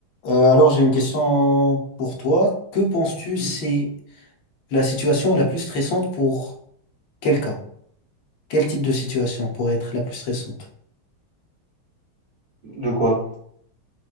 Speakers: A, on the left (about 70°); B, on the right (about 55°).
A: Euh, alors j'ai une question pour toi. Que penses-tu
B: Mmh.
A: c'est la situation la plus stressante pour quelqu'un? Quel type de situation pourrait être la plus stressante?
B: De quoi?